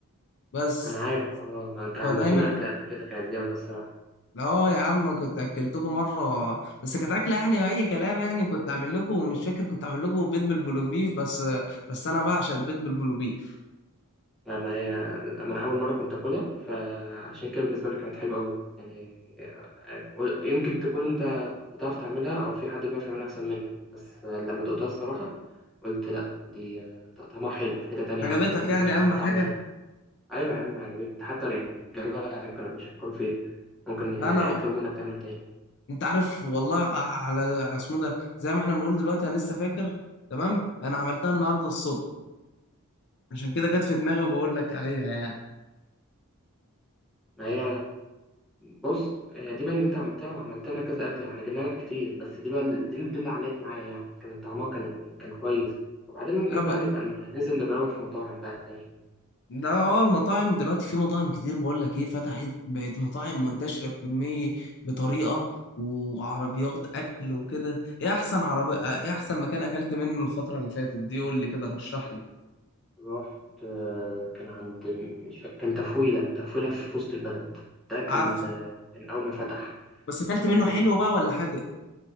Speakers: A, on the left; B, in the centre.
A: بس
B: أنا عارف أه ما أنت
A: فدايما
B: عملت لنا أكلة قبل كده كانت جامدة الصراحة
A: اه يا عم كنت اكلتكم مره بس كانت اكله يعني اي كلام يعني كنت اعمل لكم مش فاكر كنت اعمل لكم بيض بالبلوبيف بس بس انا بعشق البيض بالبلوبيف
B: لا، ما هي ما انا اول مره كنت اكلها فعشان كده بالنسبه لي كانت حلوه قوي يعني آه، يمكن تكون انت بتعرف تعملها او في حد بيعرف يعملها احسن منك بس آه، لما دقتها الصراحه قلت لا دي آه، طعمها حلو في حته تانية
A: عجبتك
B: يعني يمكن
A: يعني
B: عشان
A: اهم
B: كان
A: حاجه
B: طعم جديد ايوه يا عم عجبتني حتى الرجاله كانوا بيشكروا فيها ممكن آه،
A: انا
B: يطلبوا منك تعمل تاني
A: انت عارف والله على على اسمه ده زي ما احنا بنقول دلوقتي انا لسه فاكر تمام انا عملتها النهارده الصبح عشان كده جت في دماغي وبقول لك عليها يعني
B: ما هي بص هي دي بقى اللي انت عملتها وعملت لنا كذا اكله واحنا جبنا لك كتير بس دي بقى ال- دي, دي اللي علقت معايا يعني كان طعمها كان كان كويس وبعدين ممكن
A: لا ب...
B: بقى نبقى ننزل نجربها في مطاعم بقى تاني
A: لا اه المطاعم دلوقتي في مطاعم كتير بقول لك ايه فتحت بقت مطاعم منتشره بكميه بطريقه وعربيات اكل وكده ايه احسن عربي اه، ايه احسن مكان اكلت منه الفتره اللي فاتت دي قول لي كده رشح لي
B: رحت آه، كان عند مش فا- كان تفويله تفويله في وسط البلد ده كان
A: عارفه
B: آه، كان اول ما فتح
A: بس اكلت
B: رحت
A: منه حلو بقى ولا حادق